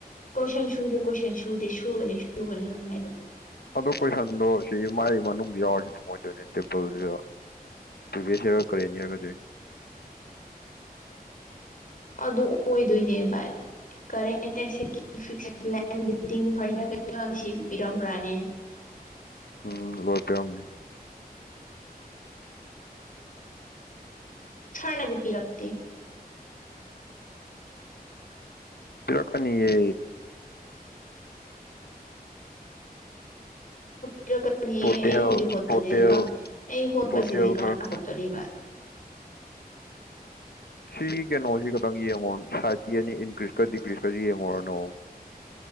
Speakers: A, on the left; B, on the left.
A: ꯀꯣꯏꯁꯟ ꯁꯨꯗꯦ ꯀꯣꯏꯁꯟ ꯁꯨꯗꯦ ꯁꯨꯕꯅꯦ ꯁꯨꯕꯅꯦ ꯅꯡ ꯍꯥꯏꯗꯣ
B: ꯑꯗꯣ ꯀꯣꯏꯁꯟꯗꯣ ꯁꯤ ꯃꯒꯤ ꯃꯅꯨꯡꯗ ꯌꯥꯎꯔꯗꯤ ꯐꯪꯉꯣꯏꯗꯣꯏꯅꯦ ꯇꯦꯝꯄꯜꯁꯤꯗ ꯄꯔꯕꯦꯖ ꯌꯔ ꯀꯔꯦꯟ ꯌꯔꯒꯁꯤ
A: ꯑꯗꯨ ꯑꯣꯏꯗꯣꯏꯅꯦꯕ ꯀꯔꯦꯟ ꯑꯦ ꯐ ꯕꯤꯜꯗꯤꯡ ꯐꯔꯅꯤ ꯀꯩꯀꯥ ꯁꯤ ꯄꯤꯔꯝꯕ꯭ꯔꯥꯅꯦ
B: ꯎꯝ ꯂꯣꯏ ꯄꯤꯔ꯭ꯃꯤ
A: ꯁꯥꯔ ꯅꯗꯤ ꯄꯤꯔꯛꯇꯦ
B: ꯇꯔꯀꯅꯤꯌꯦ
A: ꯄꯤꯔꯛꯀꯅꯤ
B: ꯇꯣꯇꯦꯜ
A: ꯑꯩ ꯍꯧꯖꯤꯛ ꯍꯣꯠꯄꯁꯤꯗꯤ
B: ꯇꯣꯇꯦꯜ
A: ꯑꯩ ꯍꯣꯠꯄꯁꯤꯗꯤ
B: ꯇꯣꯇꯦꯜ
A: ꯀꯃꯥꯏꯅ
B: ꯈꯔ
A: ꯍꯣꯠꯇꯣꯔꯤꯕ
B: ꯁꯤ ꯀꯩꯅꯣꯁꯤ ꯈꯛꯇꯪ ꯌꯦꯡꯉꯣ ꯁꯥꯏꯠꯀꯤ ꯑꯅꯤ ꯏꯟꯀ꯭ꯔꯤꯁꯀ ꯗꯤꯀ꯭ꯔꯤꯁꯀꯁꯤ ꯌꯦꯡꯉꯨꯔꯅꯨ